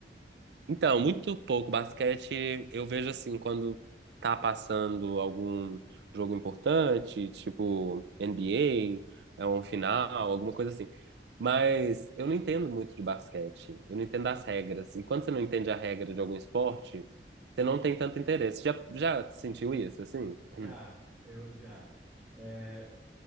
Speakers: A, on the right; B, in the centre.
A: Então, muito pouco basquete, eu vejo assim, quando tá passando algum jogo importante, tipo NBA, é um final, alguma coisa assim. Mas eu não entendo muito de basquete, eu não entendo as regras. E quando você não entende a regra de algum esporte, você não tem tanto interesse. Já, já sentiu isso, assim?
B: Já,
A: <clears throat> Hum,
B: eu já. É,